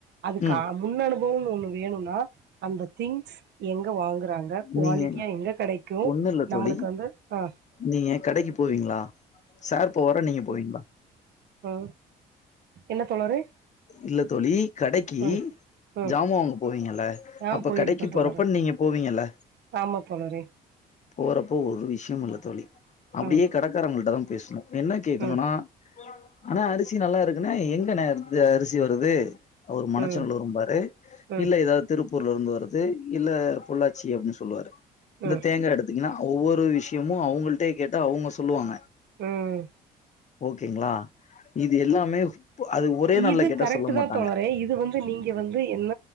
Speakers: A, on the right; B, on the left.
A: அதுக்கு
B: ம்
A: முன் அனுபவோனு ஒண்ணு வேணுனா அந்த திங்ஸ் எங்க வாங்குறாங்க அ குவாலிட்டியா
B: நீங்க
A: எங்க கெடைக்கு
B: ஒண்ணு இல்ல தோழி
A: நம்மளுக்கு வந்து ஆ
B: நீங்க கடைக்கு போவீங்களா சார் போவாறா நீங்க போவீங்களா
A: அ என்ன தோழரே
B: இல்ல தோழி கடைக்கி
A: ம் ம்
B: ஜாமா வாங்க போவீங்கல்ல
A: ஆ
B: அப்ப
A: போயிருக்கே
B: கடைக்கு
A: தோழரே
B: போறப்ப நீங்க போவீங்கல்ல
A: ஆமா தோழரே
B: போறப்போ ஒரு விஷியோ இல்ல தோழி அப்டியே
A: ம்
B: கடை காரங்களிட்ட தா பேசணு என்ன கேட்குணுனா
A: ம்
B: அண்ணா அரிசி நல்லா இருக்கு எங்கன இருந்து அரிசி வருது அவர் மனச்ச
A: ம்
B: நல்லூர்
A: ம்
B: இல்ல எதாவுது திருப்பூர்ல இருந்து வருது இல்ல பொள்ளாச்சி அப்டின்னு சொல்லுவாரு இந்த
A: ம்
B: தேங்கா எடுத்து பாத்தீங்கன்னா ஒவ்வொரு விஷியமு அவுங்கள்ட்டே கேட்ட அவுங்க சொல்லுவாங்க
A: ம்
B: ஓகேங்ளா இது எல்லாமே அது ஒரே நாள்ல
A: இது
B: கேட்டா
A: கரெக்ட்
B: சொல்ல
A: தா
B: மாட்டாங்க
A: தோழரே இது வந் து நீங்க வந்து என்ன